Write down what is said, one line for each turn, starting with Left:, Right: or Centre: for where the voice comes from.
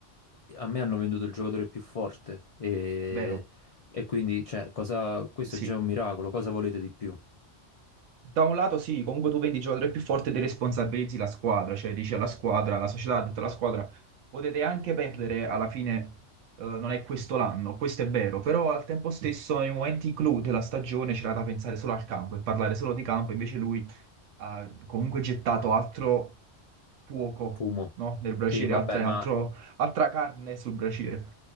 Left: a me hanno venduto il giocatore più forte e,
Right: vero,
Left: e quindi cioè, cosa... questo
Right: sì,
Left: è già un miracolo, cosa volete di più?
Right: Da un lato sì, comunque tu vendi il giocatore più forte e responsabilizzi la squadra, cioè dici alla squadra, la società ha detto alla squadra, potete anche perdere, alla fine eh, non è questo l'anno, questo è vero, però al tempo stesso nei momenti clou della stagione c'era da pensare solo al campo e parlare solo di campo, invece lui ha comunque gettato altro fuoco,
Left: Fumo.
Right: no? Nel braciere,
Left: Sì, vabbè,
Right: altre-
Left: ma
Right: altro- altra carne sul braciere,